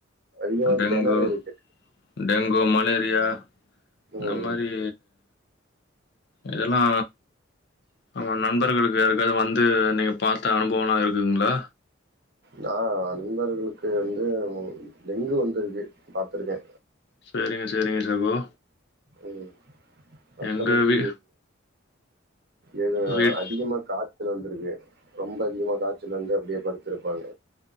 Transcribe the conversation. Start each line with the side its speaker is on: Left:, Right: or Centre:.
Right: அதிகமா
Left: டெங்கு
Right: கிணறு இருக்கு.
Left: டெங்கு மலேரியா இந்த
Right: ம்.
Left: மாரி இதெல்லா உங்க நண்பர்களுக்கு யாருக்காவ்து வந்து நீங்க பாத்த அனுபவலா இருக்குங்ளா
Right: நா நண்பர்களுக்கு வந்து டெங்கு வந்துருக்கு பாத்துருக்கே
Left: சேரிங்க சேரிங்க சகோ
Right: ம் மத்தபடி
Left: எங்க வீ
Right: ஏது
Left: வீட்
Right: அதிகமா காய்ச்சல் வந்துருக்கு ரொம்ப அதிகமாக காய்ச்சல் வந்து அப்டியே படுத்துருப்பாங்க